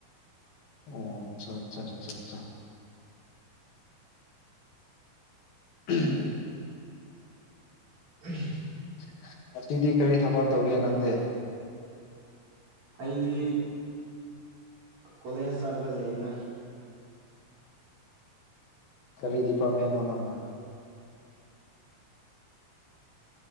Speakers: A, on the left; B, on the right.
A: ꯑꯣ ꯑꯆꯥ ꯑꯆꯥ ꯑꯆꯥ ꯑꯆꯥ ꯎꯝ
B: ꯎꯝ
A: <inaudible> ꯉꯁꯤꯗꯤ ꯀꯔꯤ ꯊꯕꯛ ꯇꯧꯒꯦ ꯅꯪꯗꯤꯦ
B: ꯑꯩꯗꯤ ꯀꯣꯂꯦꯖ ꯆꯠꯔꯒ ꯂꯩꯗ
A: ꯀꯔꯤ ꯗꯤꯄꯥꯔꯠꯃꯦꯟꯅꯣ ꯅꯪꯅ